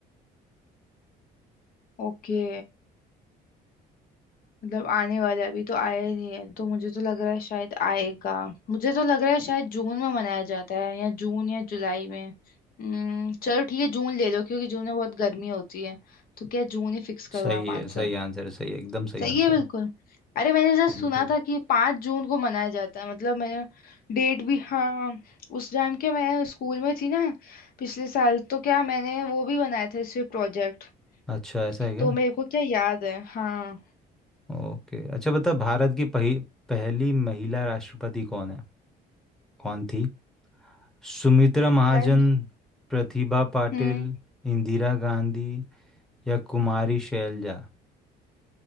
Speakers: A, on the left (about 60°); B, in the centre.
A: ओके मतलब आने वाला है, अभी तो आया नहीं है तो मुझे तो लग रहा है शायद आएगा मुझे तो लग रहा है शायद जून में मनाया जाता है या जून या जुलाई में हम्म चलो ठीक है जून ले लो क्योंकि जून में बहुत गर्मी होती है तो क्या जून ही फिक्स
B: सही
A: करो आप आंसर
B: है सही आंसर है सही है एकदम सही
A: सही
B: आंसर
A: है बिल्कुल
B: है
A: अरे मैंने जस्ट
B: बिल्कुल
A: सुना था कि पाँच जून को मनाया जाता है मतलब मैंने डेट भी हाँ उस टाइम के मैं स्कूल में थी ना पिछले साल तो क्या मैंने वो भी बनाया था इस पे प्रोजेक्ट
B: अच्छा ऐसा है क्या
A: तो मेरे को क्या याद है हाँ
B: ओके अच्छा बता भारत की पही, पहली महिला राष्ट्रपति कौन है कौन थी सुमित्रा महाजन
A: शायद
B: प्रतिभा पाटिल
A: हम्म
B: इंदिरा गांधी या कुमारी शैलजा